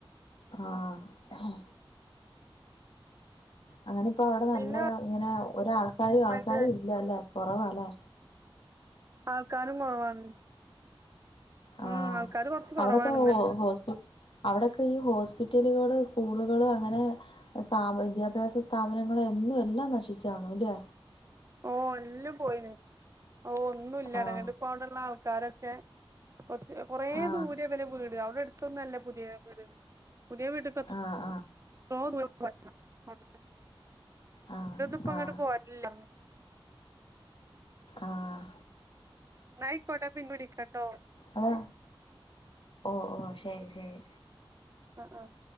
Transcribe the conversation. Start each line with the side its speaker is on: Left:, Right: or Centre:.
Left: ആഹ് അങ്ങനെ ഇപ്പോ അവിടെ നല്ല
Right: പിന്നെ
Left: ഇങ്ങനെ ഒരാൾക്കാരും ആൾക്കാരും
Right: മറ്റേ
Left: ഇല്ലല്ലെ കുറവാല്ലെ?
Right: ആൾക്കാരും കുറവാണ്.
Left: ആ
Right: ഉം ആൾക്കാര് കൊറച്ച് കുറവാണ്
Left: അവിടൊക്കെ
Right: ഇന്നലെ
Left: ഹോസ്പി അവിടെക്കെ ഈ ഹോസ്പിറ്റലുകള് സ്കൂളുകള് അങ്ങനെ സ്ഥാ വിദ്യാഭ്യാസ സ്ഥാപനങ്ങളൾ എന്നും എല്ലാം നശിച്ചു കാണുല്ലേ?
Right: ഓ എല്ലാം പോയിന് ഓ ഒന്നുല്ല
Left: ആഹ്
Right: എടങ്ങെടു പോണ്ടുള്ള ആൾക്കാരൊക്കെ കൊറച്ച് കൊറേ
Left: ആഹ്
Right: ദൂരെ ഇവര വീട് അവിടെ അടുത്തൊന്നും അല്ല പുതിയ വീട് പുതിയ വീടിത്തത്തറ
Left: ആഹ് ആഹ്.
Right: <unintelligible> അവരൊന്നും
Left: ആഹ്
Right: ഇപ്പോ
Left: ആഹ്
Right: ഇങ്ങട്ട് പോരാളില്ലാ
Left: ആഹ്
Right: എന്ന ആയിക്കോട്ടെ പിന്നെ വിളിക്കാട്ടോ.
Left: അതാ ഓ ഓ ശരി ശരി.
Right: ആഹ് ആഹ്